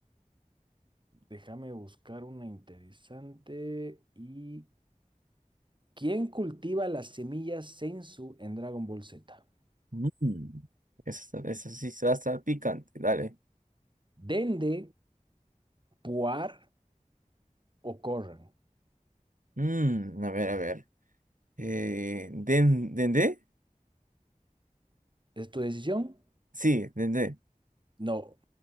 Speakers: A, on the right (about 35°); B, on the right (about 70°).
A: Déjame buscar una interesante. ¿Y quién cultiva las semillas Senzu en Dragon Ball Z?
B: Mm, Eso, está- eso sí va a estar picante, dale.
A: ¿Dende, Puar o Corran?
B: Mm, a ver, a ver. Eh, ¿den, ¿Dendé?
A: ¿Es tu decisión?
B: Sí, Dendé.
A: No,